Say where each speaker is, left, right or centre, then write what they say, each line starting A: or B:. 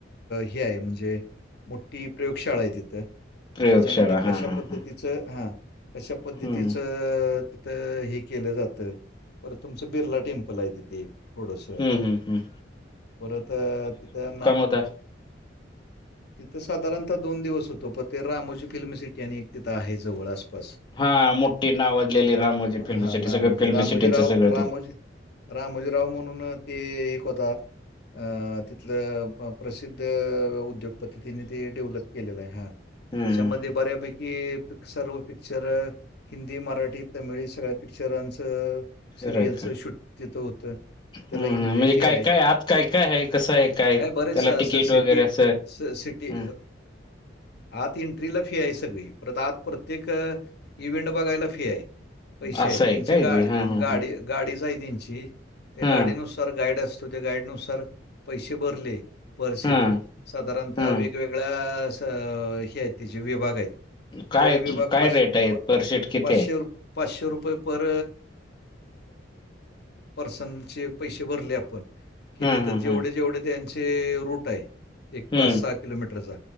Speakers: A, on the left (about 60°); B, on the left (about 25°).
A: हे आहे म्हणजे मोठी प्रयोगशाळा आहे तिथ त्याच्यामध्ये
B: प्रयोगशाळा
A: कशा
B: हा हा
A: पद्धती
B: हा
A: च हा कशा पद्धतीचं
B: हम्म
A: तर हे केलं जातं पर तुमचं बिर्ला टेम्पल आहे तिथे एक थोडंसं.
B: हम् हम हम्
A: परत तिथं नाईम
B: होता
A: तिथं साधारणतः दोन दिवस होतो पण ते रामोजी फिल्म सिटी आणि एक तिथं आहे जवळ असं बस
B: हा मोठी नावाजलेली रामोजी फिल्म
A: हा
B: सिटी
A: रामोजी
B: सगळं फिल्म
A: रामोजी
B: सिटीच
A: राव
B: सगळं
A: रामोजी
B: ते
A: रामोजीराव म्हणून ते एक होता अ तिथलं प्रसिद्ध उद्योगपती त्यांनी ते डेव्हलप केलेलं आहे हा
B: हम् हम्
A: मग ते बऱ्यापैकी सर्व पिक्चर हिंदी, मराठी, तमिळ सगळ्या पिक्चरांचं
B: खरं
A: सिरियलचं
B: खरं
A: शूट तिथं होतं. त्याला
B: हम्म
A: एन्ट्री
B: म्हणजे
A: फी
B: काय
A: आहे.
B: काय आत काय काय आहे कसं आहे काय
A: हाय बरेच
B: त्याला
A: अस
B: तिकीट
A: सिटी
B: वगैरे असं
A: ते
B: ह
A: आत एंट्रीला फी आहे सगळी परत आत प्रत्येक इव्हेंट बघायला फी आहे पैसे
B: असं
A: आहेत
B: आहे
A: त्यांची
B: काय
A: गाडी
B: ते हा हा
A: गाडी
B: हा
A: गाडीच आहे त्यांची त्या
B: हा
A: गाडीनुसार गाईड असतो. तो त्या गाईड नुसार पैशे भरले पर सीट
B: हा
A: साधारणतः
B: हा
A: वेगवेगळ्या अ हे आहेत तिचे विभाग आहेत
B: काय
A: पर विभाग
B: काय
A: पाच
B: रेट आहेत पर सीट किती
A: पाचशे
B: आहे
A: रुप पाचशे रुपये पर पर्सनचे पैसे भरले आपण कि
B: हा
A: तिथं
B: हा
A: जेवढे
B: हा
A: जेवढे त्यांचे रूट आहे.
B: हम्म
A: एक पाच सहा किलोमीटरचा